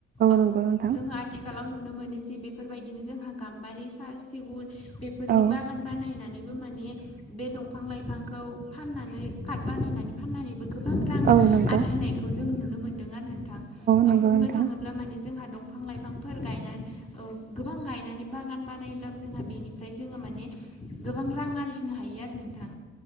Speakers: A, on the left; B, on the right.
A: औ
B: नंगौ नोंथां
A: जोंङो आथिखालाव नुनो मोनो जे बेफोरबायदिनो जोंहा गाम्बारि साल सिगुर बेफोरनि
B: औ
A: बागान बानायनानै माने बे दंफां लायफांखौ फाननानै काट बानायनानै फाननानैबो गोबां गोबां रां
B: औ नंगौ
A: आरजिनायखौ जों नुनो मोनदों आरो नोंथां औ
B: नंगौ
A: बुंनो
B: नोंथां
A: थाङोब्ला माने जोंहा दं बिफां लाइफांफोर गायनानै औ गोबां गायनानै बागान बानायब्लाबो जोंहा बिनिफ्राय जोङो माने गोबां रां आरजिनो नो हायो आरो नोंथां